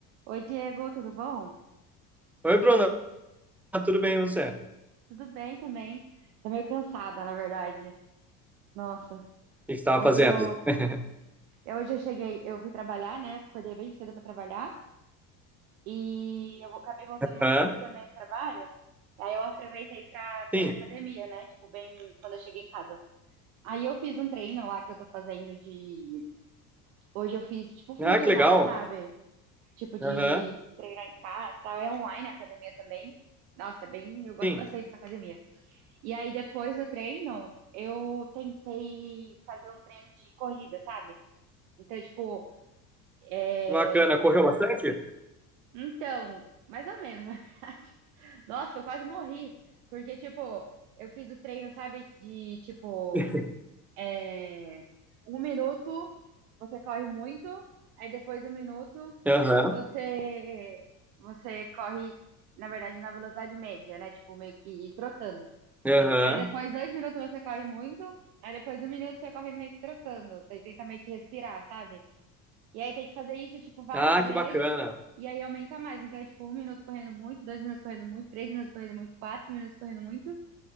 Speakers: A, on the right (about 55°); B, in the centre.
A: Oi, Diego, tudo bom?
B: Oi, Bruno, tudo bem e você? O
A: Tudo bem também. Tô meio cansada, na verdade. Nossa,
B: que você estava
A: hoje
B: fazendo?
A: eu,
B: <laughs>
A: eu- hoje eu cheguei, eu fui trabalhar, né? Acordei bem cedo pra trabalhar e eu vou- acabei voltando mais
B: Hã?
A: cedo também do trabalho. Aí eu aproveitei pra, pra
B: Sim.
A: ir na academia, né? Tipo, bem quando eu cheguei em casa. Aí eu fiz um treino lá que eu tô fazendo de. Hoje eu fiz tipo funcional,
B: Ah, que legal.
A: sabe? Tipo de
B: Aham,
A: treinar em casa e tal. É online a academia também. Nossa, é bem. Eu gosto
B: Sim.
A: bastante dessa academia. E aí, depois do treino, eu tentei fazer um treino de corrida, sabe? Então, tipo, é...
B: Bacana. Correu bastante?
A: Então, mais ou menos. <laughs> Nossa, eu quase morri. Porque, tipo, eu fiz o treino, sabe, de, tipo,
B: <laughs>
A: é... um minuto, você corre muito, aí depois um minuto,
B: Aham,
A: você, você corre, na verdade, na velocidade média, né? Tipo, meio que ir trotando.
B: aham.
A: Aí depois, dois minutos você corre muito. Aí depois, um minuto você corre meio que trotando. Daí tenta meio que respirar, sabe? E aí tem que fazer isso, tipo, várias
B: Ah,
A: vezes.
B: que bacana.
A: E aí aumenta mais. Então é tipo, um minuto correndo muito, dois minutos correndo muito, três minutos correndo muito, quatro minutos correndo muito.